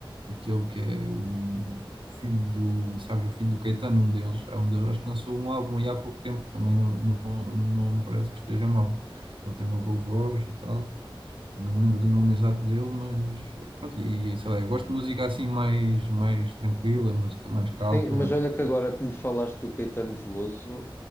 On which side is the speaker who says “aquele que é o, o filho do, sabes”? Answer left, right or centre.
Right